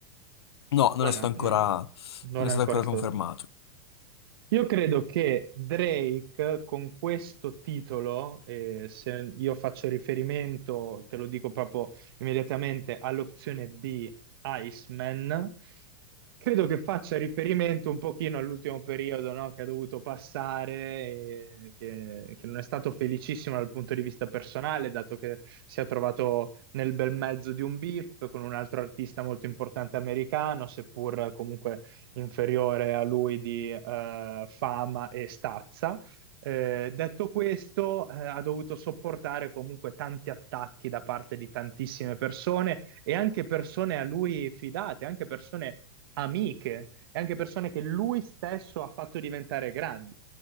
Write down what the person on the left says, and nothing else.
No, non
è stato
ancora,
non è
stato
ancora
confermato.